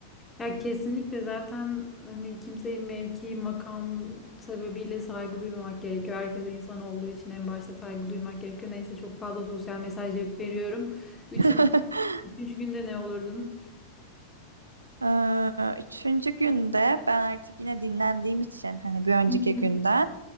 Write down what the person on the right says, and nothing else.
<laughs>
Ee, Üçüncü günde ben artık yine dinlendiğim için hani bir önceki
günden